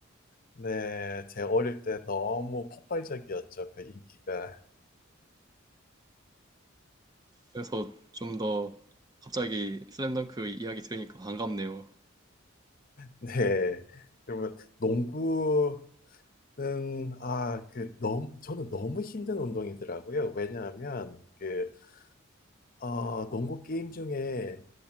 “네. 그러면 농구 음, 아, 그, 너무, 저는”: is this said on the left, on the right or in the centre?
Left